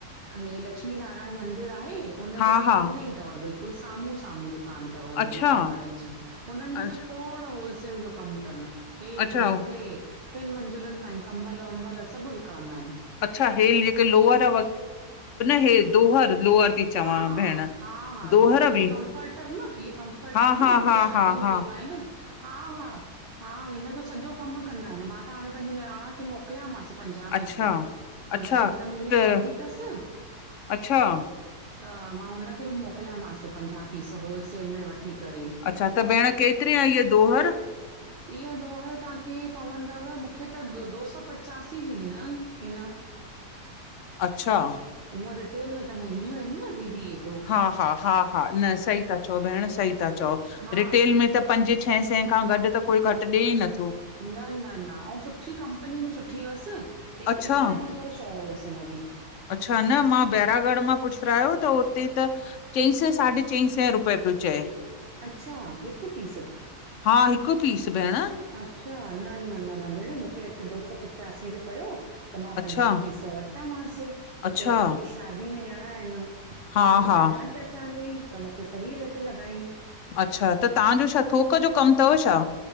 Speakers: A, on the right (about 40°); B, on the left (about 65°).
A: हे लक्ष्मी नारायण मंदिर आहे उनजे
B: हा
A: सामने
B: हा
A: ई तव बिल्कुल साम्हूं साम्हूं दुकान। तव
B: अच्छा
A: बजाज वारन जी हुनन जो
B: अच्छा
A: त कोड़ होलसेल जो कम तन। हेठ
B: अच्छा
A: मथे टिन मंज़िलुन ताईं कंबल वंबल सभ विकणंदा आहिन।
B: अच्छा हेे लेके लोअर हे दोहर लोहर थी चवां
A: हा, हा,
B: भेण
A: हा, हा
B: दोहर
A: हे
B: बि
A: कमफर्टर न इ कमफर्टर
B: हा
A: न
B: हा
A: जेके
B: हा
A: शादी
B: हा
A: में
B: हा
A: ॾिबा एन हा हा हा हिनजो सॼो कम कंदा आहिन मां त हाणे पंहिंजी निराण खे मोकलयामांस। पंजाह
B: अच्छा
A: पीस हुनजे
B: अच्छा
A: घर में बि
B: त
A: शादी थस।
B: अच्छा
A: त मां हुनखे बि मोकिलयामांस पंजाह पीस होलसेल में वठी करे।
B: छा त भेण केतरी आहे दोहर?
A: इहा दोहर तांखे पवंदव मूंखे त दो सौ पचासी जी ॾिन हिन।
B: अच्छा।
A: हूअं रिटेल में त मेहेंगियूं आहिन न दीदी ए।
B: हा हा हा हा न सही ता चओ भेण सही था चओ
A: हा
B: रिटेल में त। पंज छह सै खां गॾु त कोई घट ॾिए ई नथो।
A: न न न आऊ सुठी कंपनी बि सुठी हुयस हिक,
B: अच्छा
A: हिक नम्बर शइ हुयस हिनजी।
B: अच्छा न मां बैरागढ़ मां पुच्चरायो त हुते त। चई सें साढे चई सें रुपए पयो चय।
A: अच्छा हिक पीस।
B: हा हिकु पीस भेण।
A: अच्छा न न न न भेण मूंखे हिते दो सौ पिचासी जो पियो। त मां
B: अच्छा,
A: पंजाह पीस वरतामांस
B: अच्छा,
A: हुते हुनन खे शादी में ॾियणा आहिन। त
B: हा,
A: मुंहिंजी
B: हा,
A: त जान पहचान हुई त मूंखे सही रेट लॻायांइ।
B: अच्छा त तांजो छा थोक जो कम थव छा?